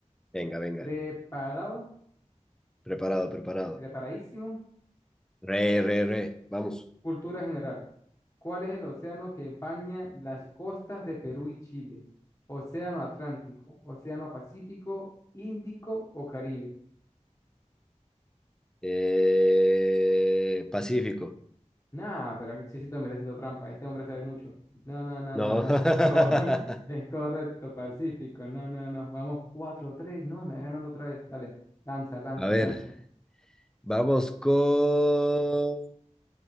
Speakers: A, in the centre; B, on the left.
A: Venga, venga.
B: Preparado,
A: Preparado, preparado.
B: preparadísimo.
A: Re, re, re. Vamos.
B: Cultura general. ¿Cuál es el océano que baña las costas de Perú y Chile? Océano Atlántico, Océano Pacífico, Índico o Caribe.
A: Eh, Pacífico.
B: Nah, pero aquí sí siento que me está haciendo trampa. Este hombre sabe mucho. No, no, no,
A: No.
B: no, no.
A: <laughs> A
B: Co- <laughs> es correcto, Pacífico. No, no, no. Vamos cuatro tres. No, me va ganando otra vez. Dale. Lanza, lanza,
A: ver.
B: lanza.
A: Vamos con...